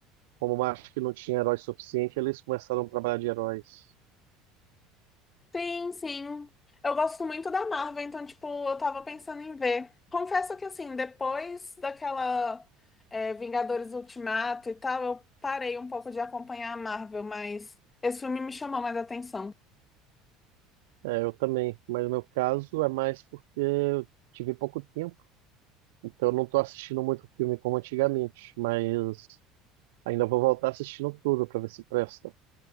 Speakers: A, on the right; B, on the left.
A: como acho que não tinha herói suficiente, eles começaram a trabalhar de heróis.
B: Sim, sim. Eu gosto muito da Marvel, então, tipo, eu tava pensando em ver. Confesso que, assim, depois daquela é, Vingadores Ultimato e tal, eu parei um pouco de acompanhar a Marvel, mas esse filme me chamou mais atenção.
A: É, eu também, mas no meu caso é mais porque eu tive pouco tempo, então eu não estou assistindo muito filme como antigamente, mas ainda vou voltar assistindo tudo para ver se presta.